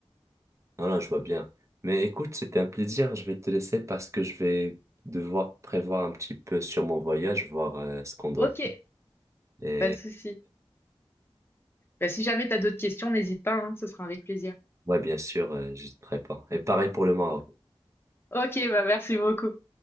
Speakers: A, on the right; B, on the left.
A: Non, non, je vois bien. Mais écoute, c'était un plaisir. Je vais te laisser parce que je vais devoir prévoir un petit peu sur mon voyage, voir euh, ce qu'on doit.
B: ok.
A: Et
B: Pas de souci. Bah, si jamais tu as d'autres questions, n'hésite pas, hein, ce sera avec plaisir.
A: ouais, bien sûr, euh, j'hésiterai pas. Et pareil pour le Maroc.
B: Ok, bah merci beaucoup.